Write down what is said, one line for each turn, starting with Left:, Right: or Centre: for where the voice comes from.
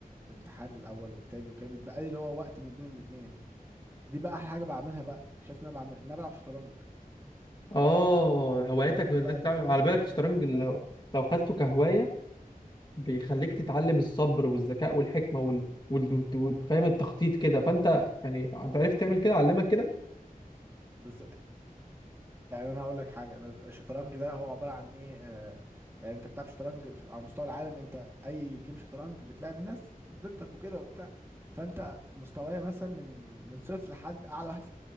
Right: امتحان الاول والتاني وكده بيتبقى لي اللي هو وقت ما بين الاتنين دي بقى احلى حاجه بعملها بقى شايف ان انا بعمل إن انا بلعب شطرنج اه
Left: اه هوايتك
Right: شطرنج
Left: انك
Right: بقى
Left: تعمل
Right: ده فاهم
Left: على بالك الشطرنج لو... لو خدته كهوايه بيخليك تتعلم الصبر والذكاء والحكمه وال... وال... وال... وال- فاهم التخطيط كده فانت يعني انت عرفت تعمل كده علمك كده
Right: بالظبط يعني انا هقول لك حاجه انا الشطرنج ده هو عباره عن ايه آه يعني انت بتلعب شطرنج في- على مستوى العالم انت اي جيم شطرنج بتلعب ناس ضدك وكده وبتاع فانت مستوايا مثلا من من صفر لحد اعلى واحد